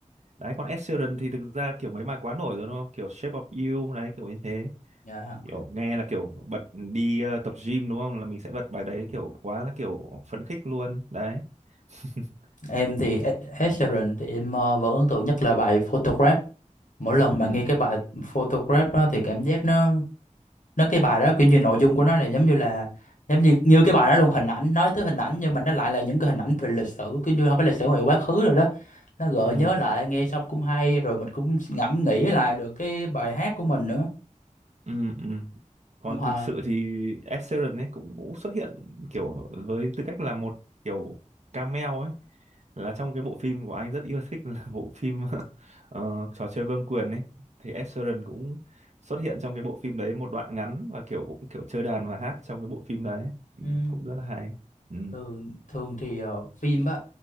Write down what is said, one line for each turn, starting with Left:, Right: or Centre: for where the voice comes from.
Right: đấy còn Ed Sheeran thì thực ra kiểu mấy bài quá nổi rồi đúng không kiểu Shape of You đấy kiểu như thế
Left: Dạ.
Right: kiểu nghe là kiểu bật đi ờ, tập gym đúng không là mình sẽ bật bài đấy kiểu quá là kiểu phấn khích luôn đấy <laughs>
Left: Em thì Ed Ed Sheeran thì em ờ, vẫn ấn tượng nhất là bài Photograph. Mỗi lần mà
Right: ừ
Left: nghe cái bài Photograph đó thì cảm giác nó nó cái bài đó kiểu như nội dung của nó là giống như là giống như như cái bài đó luôn hình ảnh nói tới hình ảnh nhưng mà nó lại là những cái hình ảnh về lịch sử kiểu như không phải lịch sử mà quá khứ rồi đó nó gợi
Right: ừ
Left: nhớ lại nghe xong cũng hay rồi mình cũng ngẫm nghĩ lại được cái bài hát của mình nữa
Right: ừ ừ còn
Left: Mà,
Right: thực sự thì Ed Sheeran ấy cũng cũng xuất hiện kiểu với tư cách là một kiểu cameo ấy là trong cái bộ phim của anh rất yêu thích là bộ phim <laughs> ờ, trò chơi vương quyền ấy thì Ed Sheeran cũng xuất hiện trong cái bộ phim đấy một đoạn ngắn và kiểu cũng kiểu chơi đàn và hát trong cái bộ phim đấy ừ,
Left: ừm,
Right: cũng rất là hay ừ
Left: thường thường thì ờ, phim á